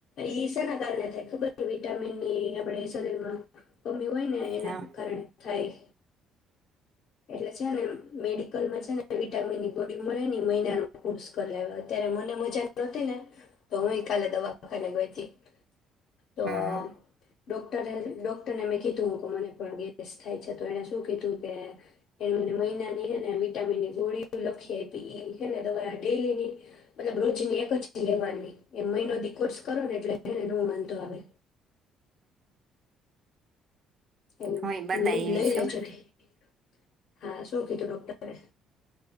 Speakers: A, on the left; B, on the right.
A: ઈસાના કારણે થાય ખબર વિટામીનની આપણે શરીરમાં કામ મી હોય ને એના
B: હા
A: કારણે થાય. એટલે છે ને મેડિકલમાં છે ને વિટામિન ની ગોડી મળે મહિનાનું. પુષ્કર લાવ્યો અત્યારે મને મજા નતી ને તો હું કાલે દવાખાને ગ <inaudible> તો
B: હમ
A: ડોક ડોક્ટરને મેં કીધું કે મને પણ ગેસ થાય છે તો એને શું કીધું કે એ મને મહિનાની હેને વિટામિન. ગોળી તો લખીઆયપી એ છે ને દવા ડેલીની મતલબ રોજની એક જ લેવાની એમ મહિનો દી કોર્સ કરો ને એટલે એને ન વાંધો આવે. એ લ
B: હું બધા
A: લઈ
B: એવી
A: લેજો.
B: છું
A: <inaudible> હા શોખિતું ડોક્ટર.